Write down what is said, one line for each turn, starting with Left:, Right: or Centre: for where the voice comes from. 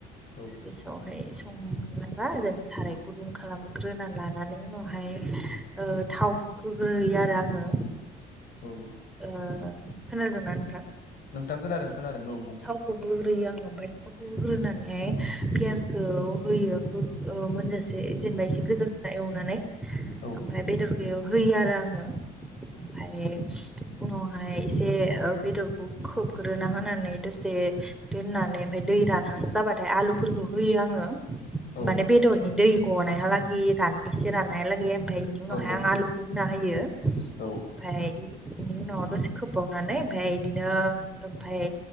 Left: औ
Centre: गेसावहाय संबा आरो साराय गुदुं खालामग्रोना ला नानै उनावहाय ओ थावखो होग्रोयो आरो आङो
Left: औ
Centre: ओ खोनादोंना नोंथां
Left: नोंथां खोनादों खोनादों औ बुं
Centre: थावखौ होग्रोयो आङो ओमफ्राय थावखो होग्रोनानैहाय पियासखौ होयो है मोनजासे जेनबा एसे गोजा फाय एवनानै ओमफाय
Left: औ
Centre: बेदरखौ बहाय होयो आरो आङो ओमफाय उनावहाय एसे ओ बेदरखौ खोबग्रोना होनानै दसे दोननानै ओमफाय दै रानहां जाबाथाय आलुफोरखौ होयो आङो
Left: औ
Centre: माने बेदरनि दै गनायहालागै एसे राननायालागै ओमफाय इनि उनावहाय
Left: औ
Centre: आं आलु खौ होना होयो ओमफाय
Left: औ
Centre: इनि उनाव दसे खोबावनानै ओमफाय इदिनो ओमफाय